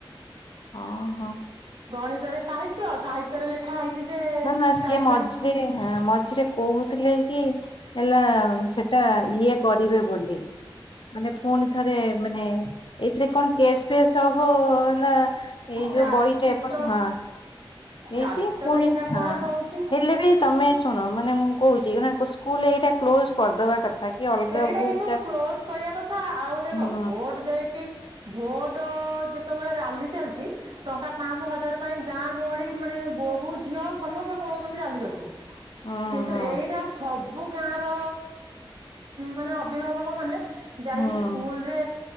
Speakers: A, on the left; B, on the right.
A: ହଁ ହଁ
B: ଗଣିତରେ ସାହିତ୍ୟ ସାହିତ୍ୟରେ ଲେଖ ଲୋଖାହେଇଛିି ଯେ
A: ନା ନା ସିଏ
B: ଟାଇଟନ
A: ମଝିରେ ମଝିରେ କହୁଥିଲେ କି ହେଲା ସେଟା ଇଏ କରିବେ ବୋଲି ମାନେ ପୁଣି ଥରେ ମାନେ ଏଇଥିରେ କଣ କେସ୍ ଫେସ୍ ହବ ହେଲା ଏଇ
B: ଚାଲିଛି
A: ଯୋଉ ବହିଟା ଏପ
B: ତ
A: ହଁ ହେଇଛି
B: ଚାଲିଛି ତ
A: ପୁଣି
B: ଦେଖିବା
A: ହଁ
B: କଣ ହଉଛି।
A: ହେଲେ ବି ତମେ ଶୁଣ ମାନେ ମୁଁ କହୁଛି ସ୍କୁଲ୍ ଏଇଟା କ୍ଲୋଜ୍ କରିଦବା କଥା କି ଅଲଗା
B: ଏଇଟା
A: ବୁକ୍
B: କିନ୍ତୁ
A: ଟା
B: କ୍ଲୋଜ୍ କରିବା କଥା ଆଉ ଦେଖ
A: ହୁଁ
B: ଭୋଟ ଦେଇକି ଭୋଟ ଯେତେବେଳେ ରାଲି ଚାଲିଛି ଟଙ୍କା ପାଞ୍ଚଶହ ହଜାର ପାଇଁ ଗାଁ ଗହଳି ମାନେ ବୋହୂ ଝିଅ ସମସ୍ତେ ପଳଉଛନ୍ତି ରାଲିିକତିକି
A: ହୁଁ
B: କିନ୍ତୁ
A: ହୁଁ
B: ଏଇଟା ସବୁ ଗାଁ ର ମାନେ ଅଭିଭାବକ ମାନେ ଯାଇକି
A: ହୁଁ
B: ସ୍କୁଲ୍ ରେ